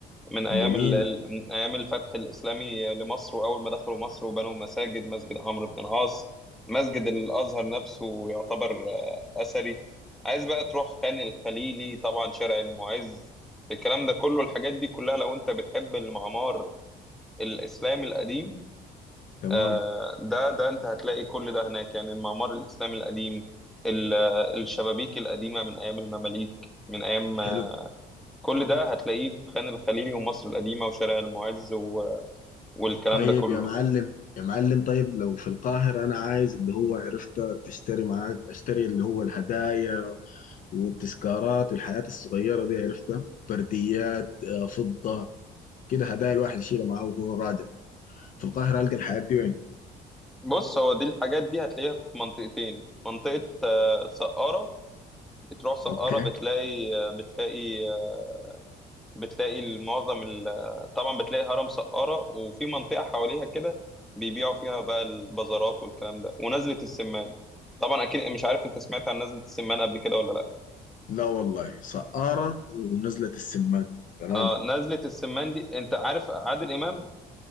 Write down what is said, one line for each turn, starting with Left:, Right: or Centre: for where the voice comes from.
Centre: من ايام
Left: جميله
Centre: ال... ال- من ايام الفتح الاسلامي لمصر واول ما دخلوا مصر وبنوا مساجد مسجد عمرو بن العاص مسجد الازهر نفسه يعتبر آه، اثري عايز بقى تروح خان الخليلي طبعا شارع المعز الكلام ده كله الحاجات دي كلها لو انت بتحب المعمار الاسلامي القديم
Left: تمام
Centre: آه، ده ده انت هتلاقي كل ده هناك يعني المعمار الاسلامي القديم ال- آه، الشبابيك القديمه من ايام المماليك من ايام آه،
Left: حلو
Centre: كل ده هتلاقيه في خان الخليلي ومصر القديمه وشارع المعز والكلام
Left: طيب
Centre: ده كله
Left: يا معلم يا معلم طيب لو في القاهره انا عايز اللي هو عرفت تشتري معاك اشتري اللي هو الهدايا والتذكارات والحاجات الصغيرة دي عرفتها برديات آه، فضة كده هدايا الواحد يشيلها معاه وهو راجع في القاهرة ألقى الحاجات دي وين؟
Centre: بص هو دي الحاجات دي هتلاقيها في منطقتين منطقة آه، سقارة بتروح سقارة
Left: اوكي
Centre: بتلاقي آه، بتلاقي آه، بتلاقي معظم ال- آه، طبعا بتلاقي هرم سقارة وفي منطقة حواليها كده بيبيعوا فيها بقى البازارات والكلام ده ونزلة السمان طبعا اكيد مش عارف انت سمعت عن نزلة السمان قبل كده ولا لا
Left: لا والله سقارة ونزلة السمان تمام
Centre: آه نزلة السمان دي انت عارف عادل امام